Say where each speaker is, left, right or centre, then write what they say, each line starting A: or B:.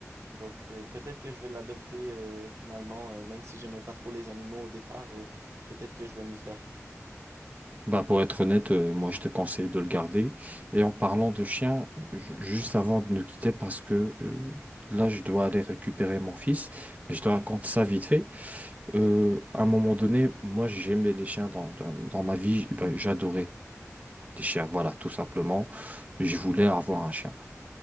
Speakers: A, on the right; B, on the right.
A: Donc euh, peut-être que je vais l'adopter euh, finalement, euh, même si j'aimais pas trop les animaux au départ, euh, peut-être que je vais m'y faire.
B: Bah pour être honnête, euh, moi je te conseille de le garder. Et en parlant de chien, ju- juste avant de nous quitter, parce que euh, là je dois aller récupérer mon fils, mais je te raconte ça vite fait. Euh, à un moment donné, moi j'aimais les chiens dans, dans, dans ma vie, Bah, j'adorais les chiens, voilà, tout simplement. Je voulais avoir un chien.